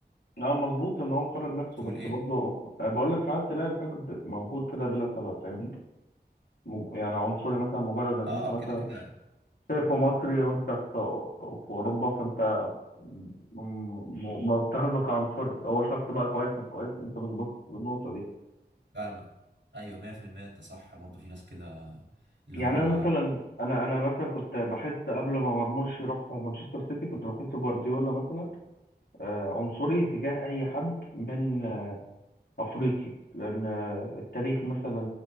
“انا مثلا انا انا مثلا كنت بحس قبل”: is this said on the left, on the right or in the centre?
Left